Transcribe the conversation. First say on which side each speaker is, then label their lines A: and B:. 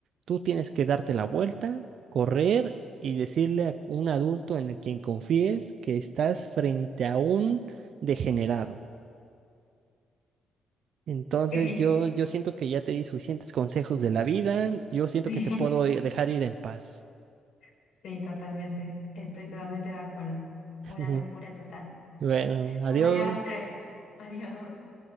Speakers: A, on the right (about 65°); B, on the left (about 65°).
A: tú tienes que darte la vuelta, correr y decirle a un adulto en el quien confíes que estás frente a un degenerado. Entonces
B: Ok.
A: yo, yo siento que ya te di suficientes consejos de la vida,
B: Sí,
A: yo siento que te puedo i- dejar ir en paz.
B: <laughs> sí, totalmente. Estoy totalmente de acuerdo.
A: <laughs>
B: Una locura total.
A: Bueno,
B: Ya
A: adiós.
B: me dio estrés. Adiós.